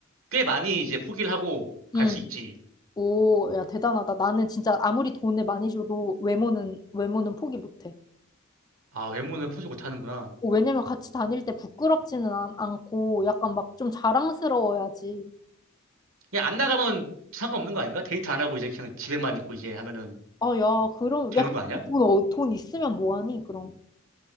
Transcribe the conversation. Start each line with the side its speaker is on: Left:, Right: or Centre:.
Right: 꽤 많이 이제 포기를 하고 갈
Left: 응.
Right: 수 있지.
Left: 오, 야 대단하다. 나는 진짜 아무리 돈을 많이 줘도 외모는 외모는 포기 못해.
Right: 아, 외모는 포기 못 하는구나.
Left: 어, 왜냐면 같이 다닐 때 부끄럽지는 않, 않고 약간 막 좀 자랑스러워야지.
Right: 그냥 안 나가면 상관없는 거 아닌가? 데이트 안 하고 이제 그냥 집에만 있고 이제 하면은
Left: 아, 야, 그럼
Right: 되는
Left: 야,
Right: 거 아니야?
Left: 돈, 어, 돈 있으면 뭐하니 그럼.